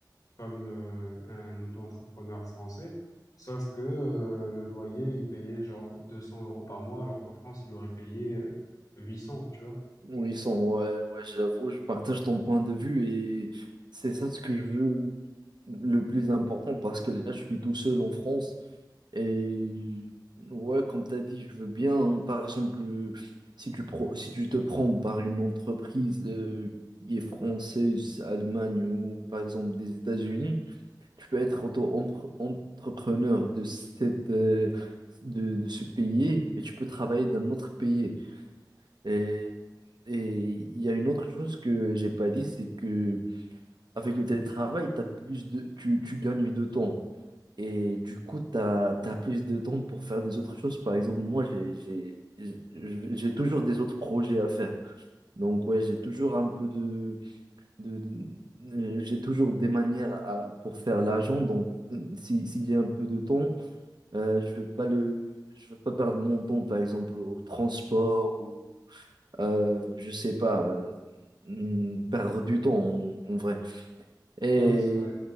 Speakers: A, on the left; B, on the right.
A: comme euh, un auto-entrepreneur français. Sauf que euh, le loyer, il payait genre 200 euros par mois, alors qu'en France, il aurait payé euh, 800, tu vois.
B: Oui, son, ouais, ouais, j'avoue, je partage ton point de vue et c'est ça ce que je veux le plus important parce que là, je suis tout seul en France et ouais, comme tu as dit, je veux bien, hein, par exemple, euh, si tu, pro- si tu te prends par une entreprise euh, qui est française, Allemagne ou par exemple des États-Unis, tu peux être auto-entrepreneur de cette, euh, de, de ce pays et tu peux travailler d'un autre pays. Et, et il y a une autre chose que j'ai pas dit, c'est que avec le télétravail, t'as plus de, tu, tu gagnes de temps. Et du coup, tu as, plus de temps pour faire des autres choses. Par exemple, moi, j'ai, j'ai, j'ai j'ai toujours des autres projets à faire. Donc, ouais, j'ai toujours un peu de, de- de- euh, j'ai toujours des manières à- pour faire l'argent. Donc, si, si j'ai un peu de temps, euh, je veux pas le, je veux pas perdre mon temps, par exemple, au transport ou euh, je sais pas, euh, hmm, perdre du temps en, en vrai. Et
A: Ouais, c'est